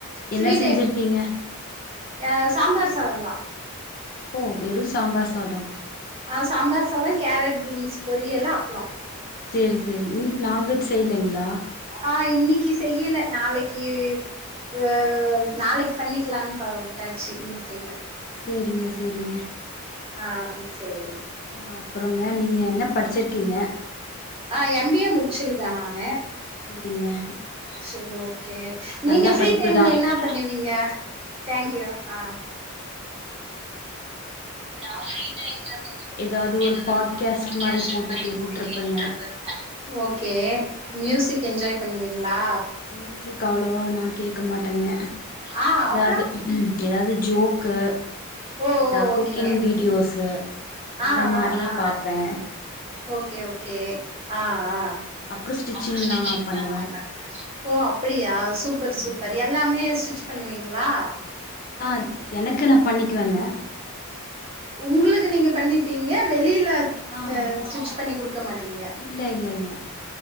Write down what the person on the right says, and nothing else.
ஃப்ரீ
டைப்
அ சாம்பார் சாதந்தா.
அ சாம்பார் சாதோ கேரட் பீன்ஸ் பொரியலு அப்ளோ.
ஆ இன்னிக்கி செய்யல நாளைக்கி வ வ வவ் நாளைக் பண்ணிக்லான் பா உட்டாச்சி இன்னிக் செய்ல.
அ சேரி.
ஆ எம் பி ஏ முட்ச்சிருக்கே நானு.
செர் ஓகே நீங்க
ஃபிரி
டைம்ல
என்னா பண்ணுவீங்க? Thank you. அ நா ஃபிரீ டைம்ல <inaudible>
எதாவது
ஒரு பாட்கேஸ்ட் மாரி
போட்டு
கேட்டுட்ருப்பே. ஓகே மியூசிக் என்ஜாய் பண்ணுவிங்ளா?
ஆ
அப்றோ
ஓ
ஓ ஓகே.
அ
அ அ
ஓகே ஓகே ஆ ஆ.
அப்ற ஸ்டிச்சிங்ல்லா
பண்ணு ஓ அப்பிடியா சூப்பர்
சூப்பர். எல்லாமே ஸ்டிச் பண்ணுவிங்களா?
உங்குளுக்கு நீங்க பண்ணிப்பீங்க வெளில
இந்த ஸ்டிட்ச் பண்ணி குடுக்க மாட்டிங்க.